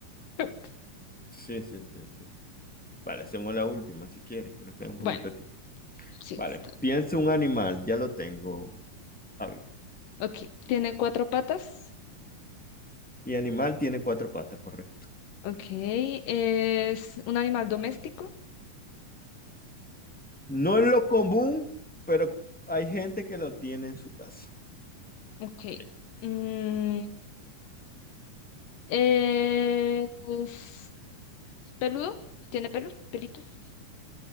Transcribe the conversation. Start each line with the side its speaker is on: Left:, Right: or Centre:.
Left: <laughs>
Centre: Sí, sí, sí, sí. Vale, hacemos la última si quieres, que nos queda un
Left: Bueno,
Centre: poquito de tiempo.
Left: sí,
Centre: Vale,
Left: está.
Centre: piensa un animal, ya lo tengo. A ver,
Left: bien. Ok, tiene cuatro patas.
Centre: mi animal tiene cuatro patas, correcto.
Left: Ok, es un animal doméstico.
Centre: No es lo común, pero hay gente que lo tiene en su casa.
Left: Ok.
Centre: Ay,
Left: Mm, es peludo, tiene pelos, pelitos.